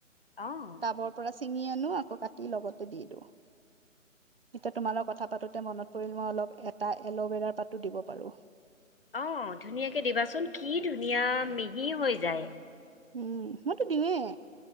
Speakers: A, on the left; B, on the right.
A: অঁ!
B: টাবৰ পৰা ছিঙি আনো আকৌ কাটি লগতে দি দিওঁ। এতিয়া তোমাৰ লগত কথা পাতোতে মনত পৰিল মই অলপ এটা এল'ভেৰাৰ পাতো দিব পাৰোঁ।
A: অঁ! ধুনীয়াকে দিবা চোন কি ধুনীয়া মিহি হৈ যায়।
B: উম! মইতো দিওঁৱে